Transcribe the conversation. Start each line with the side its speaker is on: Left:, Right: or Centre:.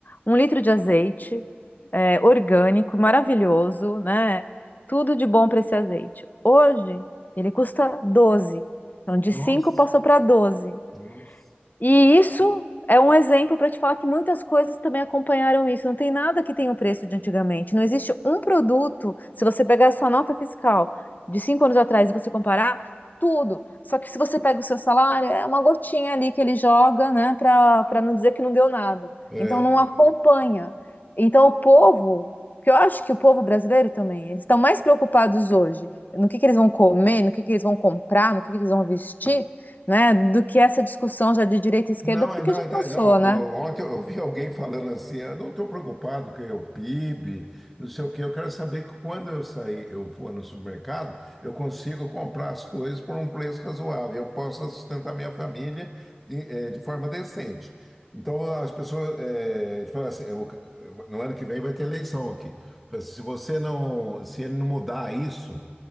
Left: um litro de azeite, é, orgânico, maravilhoso, né? Tudo de bom para esse azeite. Hoje ele custa doze Então, de
Centre: Nossa,
Left: 5 passou para doze
Centre: nossa.
Left: e isso é um exemplo para te falar que muitas coisas também acompanharam isso. Não tem nada que tenha o preço de antigamente. Não existe um produto, se você pegar a sua nota fiscal de cinco anos atrás e você comparar, tudo. Só que se você pega o seu salário, é uma gotinha ali que ele joga, né, para para não dizer que não deu nada.
Centre: É.
Left: Então não acompanha. Então o povo, que eu acho que o povo brasileiro também, eles estão mais preocupados hoje no que que eles vão comer, no que que eles vão comprar, no que que eles vão vestir né, do que essa discussão já de direita e esquerda,
Centre: Não,
Left: porque
Centre: é, não,
Left: já
Centre: é,
Left: cansou,
Centre: tá, não.
Left: né?
Centre: Ontem eu vi alguém falando assim, eu não estou preocupado com o PIB, não sei o quê. Eu quero saber que quando eu sair, eu for no supermercado, eu consigo comprar as coisas por um preço razoável. Eu posso sustentar minha família de, eh, de forma decente. Então as pessoas eh, falam assim, eu- eu- no ano que vem vai ter eleição aqui. Fala assim, Se você não, se ele não mudar isso